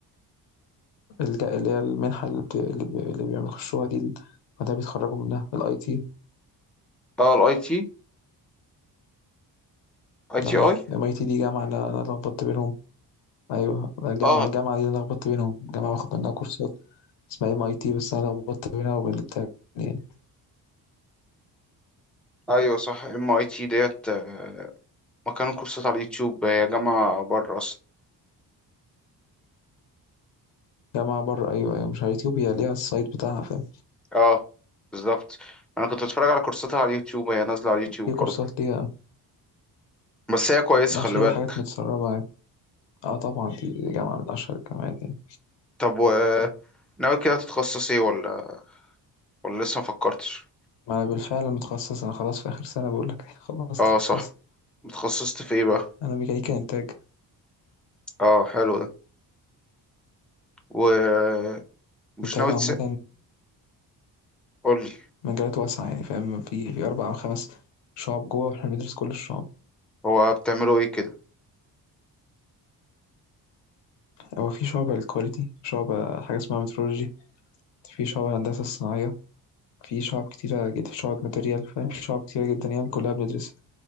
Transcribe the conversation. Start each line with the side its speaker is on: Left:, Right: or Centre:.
Left: الج- اللي هي المنحة اللي بت... اللي بي- اللي بيخشوها دي ال- وده بيتخرجوا منها الاي تي
Centre: اه الاي تي اي
Left: اه
Centre: تي اي
Left: ام اي تي دي جامعة انا انا لخبطت بينهم ايوه الجامعه
Centre: اه
Left: الجامعه دي أنا لخبطت بينهم جامعه باخد منها كورسات اسمها ام اي تي بس انا لخبطت بينها وبين التانية يعني
Centre: ايوه صح ام اي تي ديت آه، مكان كورسات على اليوتيوب هي جامعة بره اصلا
Left: جامعه بره ايوه ايوه مش على اليوتيوب هي ليها السايت بتاعها فاهم
Centre: اه بالظبط انا كنت بتفرج على كورساتها على اليوتيوب هي نازلة على اليوتيوب
Left: في كورسات
Centre: برضه
Left: ليها
Centre: بس هي كويسة
Left: اه
Centre: خلي
Left: فيها
Centre: بالك
Left: حاجات متسربه عادي اه طبعا دي دي جامعه من اشهر الجامعات يعني
Centre: طب و ناوي كده تتخصص ايه ولا ولا لسه ما فكرتش
Left: ما انا بالفعل متخصص انا خلاص في اخر سنه بقول لك <laughs> خلاص
Centre: اه
Left: اتخصصت
Centre: صح اتخصصت في ايه بقى
Left: انا ميكانيكا انتاج
Centre: اه حلو ده ومش
Left: انتاج
Centre: ناوي
Left: عامه
Centre: تس قولي
Left: مجالات واسعه يعني فاهم في في اربع او خمس شعب جوه واحنا بندرس كل الشعب
Centre: هو بتعملوا ايه كده
Left: هو في شعبة للكواليتي شعبة حاجة اسمها مترولوجي في شعبة الهندسة الصناعية في شعب كتيرة جدا في شعب ماتيريال فاهم في شعب كتيرة جدا يعني كلها بندرسها